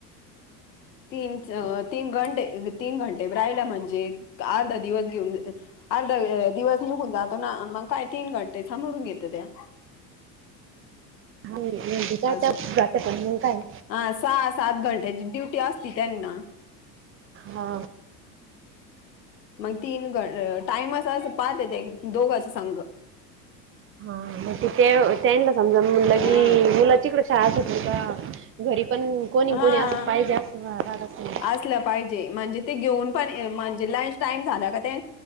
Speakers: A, on the left; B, on the right.
A: तीन तीन घंटे तीन घंटे राहिला म्हणजे अर्धा दिवस घेऊन अर्धा दिवस निघून जातो ना मग काय तीन घंटे सांभरून घेत त्या
B: ह कायच्या
A: असं
B: जात पण. काय
A: हा सहा सात घंट्याची ड्युटी असती त्यांना
B: हा.
A: मग तीन ग टाइम असं असं पाहते दोघा सांग
B: ग तनला समजा म्हणलं की
A: हा
B: मुलाची इकडं शाळा सुटली का घरी पण कोणी कोणी
A: हा
B: असं पाहिजे असं असेल.
A: असलं पाहिजे म्हणजे ते घेऊन पण म्हणजे लंच टाइम झाला का ते